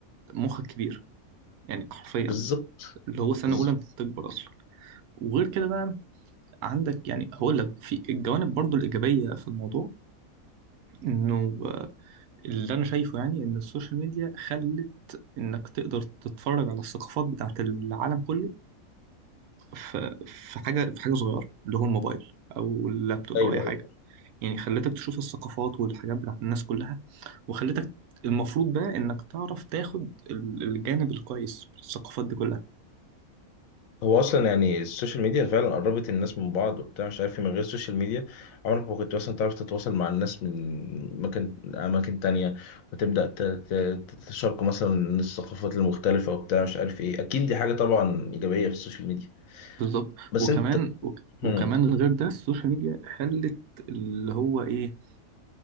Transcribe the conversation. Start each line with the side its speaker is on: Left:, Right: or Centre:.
Right: مخك كبير يعني حرفيا
Left: بالظبط
Right: اللي هو سنه
Left: بالظبط
Right: اولى انت بتكبر اصلا وغير كده بقى عندك يعني هقول لك في الجوانب برضو الايجابيه في الموضوع انه آه، اللي انا شايفه يعني ان السوشيال ميديا خلت انك تقدر تتفرج على الثقافات بتاعت العالم كله في في حاجة في حاجة صغيرة اللي هو الموبايل أو اللابتوب
Left: ايوه
Right: أو أي حاجة
Left: ايوه
Right: يعني خلتك تشوف الثقافات والحاجات بتاعت الناس كلها وخلتك المفروض بقى إنك تعرف تاخد ال- الجانب الكويس في الثقافات دي كلها
Left: هو اصلا يعني السوشيال ميديا فعلا قربت الناس من بعض وبتاع مش عارف إيه، من غير السوشيال ميديا عمرك ما كنت مثلا تعرف تتواصل مع الناس من مكان اماكن تانية وتبدا ت- ت- تتشاركوا مثلا الثقافات المختلفه وبتاع مش عارف ايه اكيد دي حاجه طبعا ايجابيه في السوشيال ميديا
Right: بالظبط
Left: بس
Right: وكمان
Left: انت
Right: وك وكمان
Left: هم.
Right: غير ده السوشيال ميديا خلت اللي هو إيه